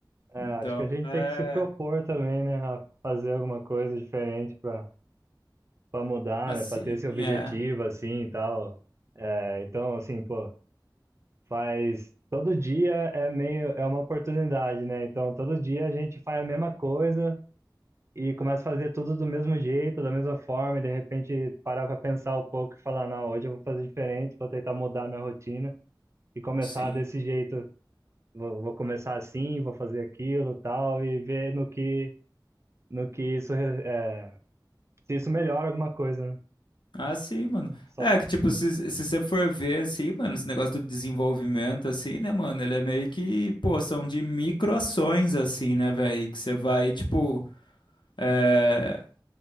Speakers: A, on the right; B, on the left.
A: É,
B: Então,
A: acho que a gente
B: é.
A: tem que se propor também, né, a fazer alguma coisa diferente para para mudar,
B: Assim,
A: né, para ter esse objetivo
B: é.
A: assim e tal. É, então, assim, pô, faz todo dia é meio é uma oportunidade, né? Então, todo dia a gente faz a mesma coisa e começa a fazer tudo do mesmo jeito, da mesma forma, e de repente parar para pensar um pouco e falar, não, hoje eu vou fazer diferente, vou tentar mudar minha rotina e começar
B: Sim.
A: desse jeito. Vou, vou começar assim, vou fazer aquilo, tal, e ver no que no que isso é, se isso melhora alguma coisa, né?
B: Ah, sim, mano.
A: Só,
B: É que, tipo, se, se você for ver, assim, mano, esse negócio do desenvolvimento, assim, né, mano? Ele é meio que, pô, são de microações, assim, né, velho? Que você vai, tipo. é,